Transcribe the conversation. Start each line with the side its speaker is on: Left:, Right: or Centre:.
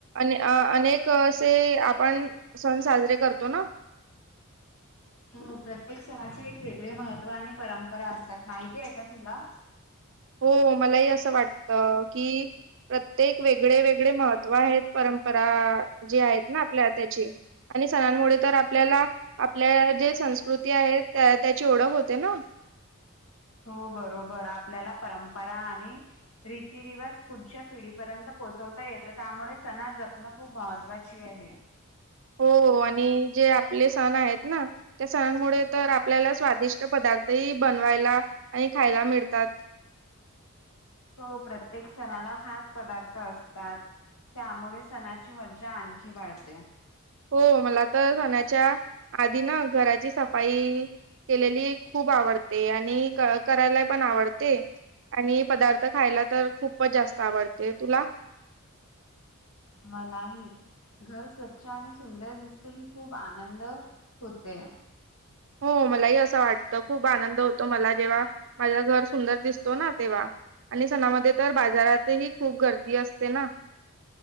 Right: अ अनेक असे आपण सण साजरे करतो ना.
Left: हो प्रत्येक सणाचे एक वेगळे महत्त्व आणि परंपरा असतात. माहिती आहे का तुला.
Right: हो मलाही असं वाटत की प्रत्येक वेगळे वेगळे महत्त्व आहेत. परंपरा जी आहेत ना आपल्या त्याची. आणि सणांमुळे तर आपल्याला आपल्या जे संस्कृती आहे त्या त्याची ओळख होते ना.
Left: हो बरोबर. आपल्याला परंपरा आणि रीतीरिवाज पुढच्या पिढीपर्यंत पोहोचवता येत. त्यामुळे सणा जपणं खूप महत्त्वाची आहे.
Right: हो आणि जे आपले सण आहेत ना, त्या सणांमुळे तर आपल्याला स्वादिष्ट पदार्थ ती बनवायला आणि खायला मिळतात.
Left: हो प्रत्येक सणाला खास पदार्थ असतात. त्यामुळे सणाची मज्जा आणखी वाढते.
Right: हो. मला तर सण्याच्या आधी ना घराची सफाई केलेली खूप आवडते. आणि क करायला पण आवडते. आणि पदार्थ खायला तर खूपच जास्त आवडते. तुला
Left: मलाही. घर स्वच्छ आणि सुंदर दिसते. ही खूप आनंद होते.
Right: हो मलाही अस वाटत. खूप आनंद होतो. मला जेव्हा माझ घर सुंदर दिसतो ना तेव्हा. आणि सणामध्ये तर बाजारातही खूप गर्दी असते ना.